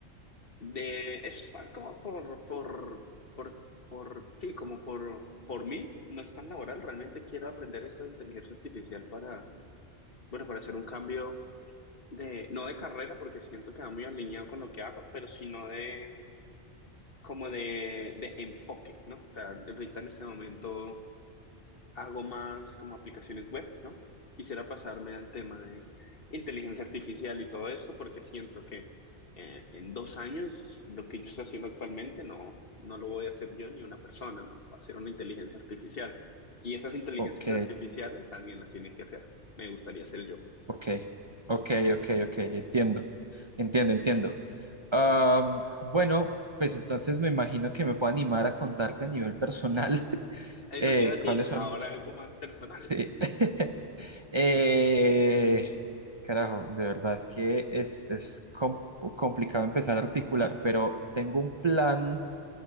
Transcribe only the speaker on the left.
de, es más como por, por, por, por, sí, como por, por mí, no es tan laboral, realmente quiero aprender esto de inteligencia artificial para, bueno, para hacer un cambio de, no de carrera, porque siento que va muy alineado con lo que hago, pero sino de como de, de enfoque, ¿no? O sea, ahorita en este momento hago más como aplicaciones web, ¿no? Quisiera pasarme al tema de inteligencia artificial y todo esto porque siento que eh, en dos años lo que yo estoy haciendo actualmente no, no lo voy a hacer yo ni una persona, ¿no? Va a ser una inteligencia artificial. Y esas inteligencias
artificiales alguien las tiene que hacer. Me gustaría ser yo.
Eso
te iba a decir,
ahora algo más personal.